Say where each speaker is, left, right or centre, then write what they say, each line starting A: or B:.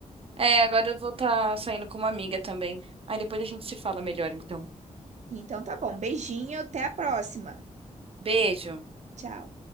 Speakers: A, on the right; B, on the right.
A: É, agora eu vou estar saindo com uma amiga também. Aí depois a gente se fala melhor, então.
B: Então tá bom. Beijinho, até a próxima.
A: Beijo.
B: Tchau.